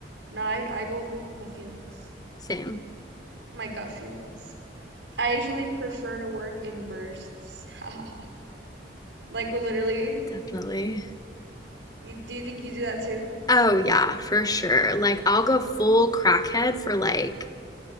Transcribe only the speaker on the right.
No, I, I go with my feelings,
my gut feelings. I usually prefer to work in bursts. <laughs> Like, well, literally,
you, do you think you do that too?